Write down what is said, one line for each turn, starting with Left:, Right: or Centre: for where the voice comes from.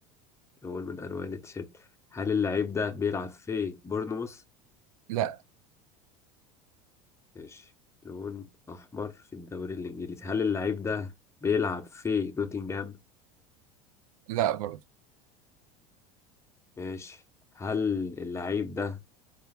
Left: لون من ألوان التيشيرت هل اللعيب ده بيلعب في بورنموث
Right: لا
Left: ماشي لون أحمر في الدوري الإنجليزي هل اللعيب ده بيلعب في نوتنجهام
Right: لا برضه
Left: ماشي هل اللعيب ده